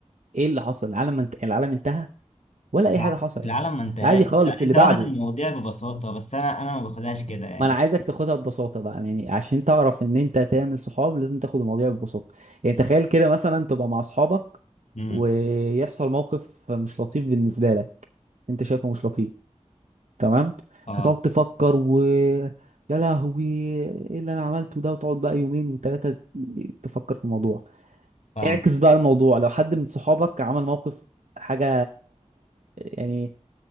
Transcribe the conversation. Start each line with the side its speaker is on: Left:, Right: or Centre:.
Right: ايه اللي حصل العالم انت... العالم انتهى ولا
Left: طبعاً
Right: اي حاجه حصلت
Left: العالم ما انتهاش
Right: عادي خالص
Left: لا
Right: اللي
Left: أنت
Right: بعده
Left: واخد المواضيع ببساطة بس أنا أنا ما باخدهاش كده يعني
Right: ما انا عايزك تاخدها ببساطه بقى يعني عشان تعرف ان انت تعمل صحاب لازم تاخد المواضيع ببساطه يعني تخيل كده مثلا تبقى مع اصحابك
Left: امم
Right: ويحصل موقف مش لطيف بالنسبه لك انت شايفه مش لطيف تمام
Left: أه
Right: هتقعد تفكر و يا لهوي ايه اللي انا عملته ده وتقعد بقى يومين وثلاثه تفكر في الموضوع
Left: فاهم
Right: اعكس بقى الموضوع لو حد من صحابك عمل موقف حاجه يعني